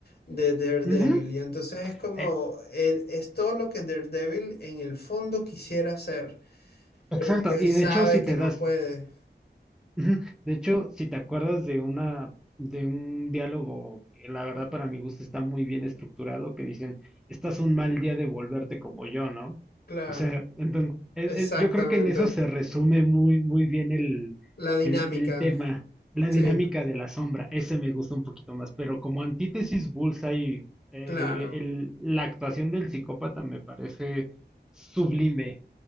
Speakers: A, on the left; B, in the centre.
A: de Daredevil.
B: ujú,
A: Y entonces es como,
B: eh,
A: el- es todo lo que Daredevil en el fondo quisiera hacer,
B: exacto,
A: pero que
B: y
A: sabe
B: de hecho si
A: que
B: te
A: no
B: das,
A: puede.
B: Ujú. De hecho, si te acuerdas de una, de un diálogo que la verdad
A: Ujú.
B: para mi gusto está muy bien estructurado, que dicen, estás un mal día de volverte como yo, ¿no?
A: Claro.
B: O sea, entonces,
A: Exactamente.
B: yo creo que en eso se resume muy, muy bien el,
A: La dinámica.
B: el, el tema, la dinámica
A: Sí,
B: de la sombra, ese me gusta un poquito más, pero como antítesis Bullseye, eh,
A: claro.
B: el- la actuación del psicópata me parece sublime.